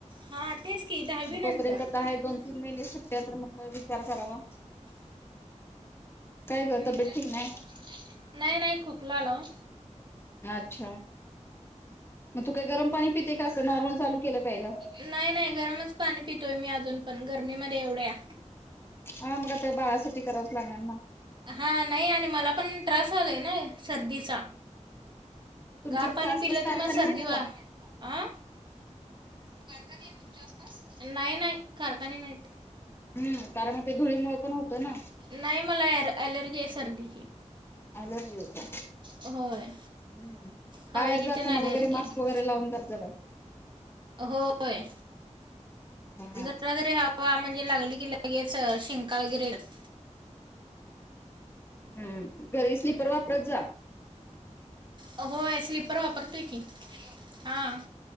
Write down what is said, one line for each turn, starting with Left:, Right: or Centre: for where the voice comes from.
Right: हा तेच की दहावी
Left: मग
Right: नंतर
Left: तो पर्यंत आहेत दोन तीन महिने सुट्ट्या हेत, तर म्हटलं विचार करावा. काय ग
Right: हम्
Left: तब्येत
Right: काय
Left: ठीक
Right: करता
Left: नाही
Right: नाही नाही खोकला आला वो.
Left: अच्छा! मग तू काय गरम पाणी पिते का? असं नॉर्मल चालू केलं प्यायला.
Right: नाही नाही गरमच पाणी पितोय, मी अजून पण गरमीमध्ये एवढ्या.
Left: ह मग आता बाळा साठी करावं. लहान ना.
Right: हा नाही आणि मला पण त्रास व्हायलाय ना या सर्दीचा.
Left: तुमच्या
Right: गार
Left: तिथे
Right: पाणी
Left: आसपास
Right: पिलं
Left: कारखाने
Right: किं मग सर्दी
Left: आहेत का
Right: वा अं. कारखाने आहेत तुमच्या आसपास, नाही नाही कारखाने नाहीत.
Left: हम! कारण, मग ते धुळीमुळे पण होतं ना?
Right: नाही मला यार. एलर्जी हे सर्दीची.
Left: एलर्जी होती.
Right: होय
Left: हू
Right: हवेची
Left: बाहेर जाताना
Right: तेन अलर्जी
Left: वगैरे
Right: आहे
Left: मास्क वगैरे लावून जात जा बाई.
Right: होय,
Left: हा.
Right: जरा जरी आप वाफ म्हणजे लागली की लगेच शिंका वगैरेे येतात.
Left: ह घरी स्लीपर वापरत जा.
Right: होय स्लीपर वापरतोय की, हॅलो हा.